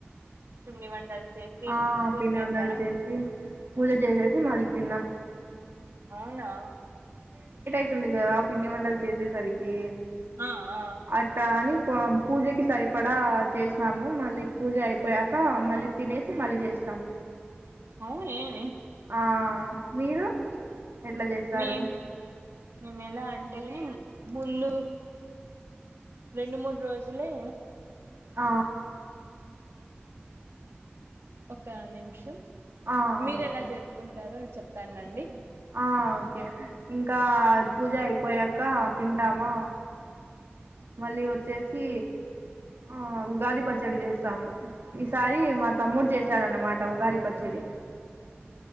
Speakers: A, on the right (about 80°); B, on the right (about 65°).
A: పిండి వంటలు చేసి
B: ఆపిండి
A: పూజ చేసారా
B: వంటలు చేసి పూజ చేసేసి మళ్ళీ తిన్నాం
A: అవునా
B: అతుంది కదా పిండి వంటలు చేసేసరికి
A: ఆ ఆ
B: అట్టా అని పూజకి సరిపడా చేసినాము మళ్ళీ పూజ అయిపోయాక మళ్ళీ తినేసి మళ్ళీ చేసాము
A: అవును ఏమి
B: ఆ మీరు ఎట్లా చేస్తారు
A: మే మేము ఎలా అంటే ముందు రెండు మూడు రోజులే
B: ఆ
A: ఒక నిమిషం
B: ఆ
A: మీరు
B: ఓకే
A: ఎలా జరుపుకుంటారో చెప్తానండి
B: ఆ ఓకే ఇంకా పూజ అయిపోయాక తింటామా మళ్ళీ వచ్చేసి ఆ ఉగాది పచ్చడి చేస్త ము ఈ సారి మా తమ్ముడు చేశాడన్నమాట ఉగాది పచ్చి చ్చడి